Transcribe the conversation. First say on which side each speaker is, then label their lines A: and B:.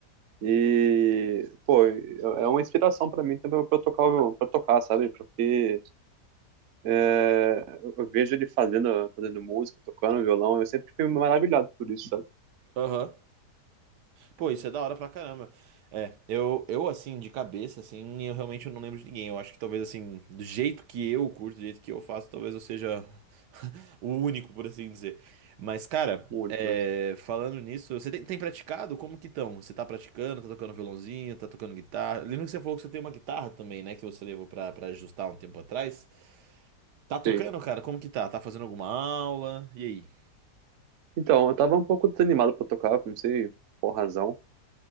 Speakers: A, on the right (about 55°); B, on the right (about 75°).
A: E, pô, é é uma inspiração pra mim também pra eu tocar, o- pra tocar, sabe? Porque é, eu eu vejo ele fazendo, fazendo música, tocando violão, eu sempre fico maravilhado por isso, sabe?
B: Aham. Pô, isso é da hora pra caramba. É, eu, eu assim, de cabeça, assim, eu realmente não lembro de ninguém. Eu acho que talvez, assim, do jeito que eu curto, do jeito que eu faço, talvez eu seja <laughs> o único, por assim dizer. Mas, cara,
A: O único,
B: é,
A: né?
B: falando nisso, você tem, tem praticado? Como que estão? Você tá praticando? Tá tocando violãozinho? Tá tocando guitarra? Lembra que você falou que você tem uma guitarra também, né? Que você levou pra, pra ajustar um tempo atrás. Tá tocando,
A: Sim.
B: cara? Como que tá? Tá fazendo alguma aula? E aí?
A: Então, eu tava um pouco desanimado pra tocar, não sei por razão.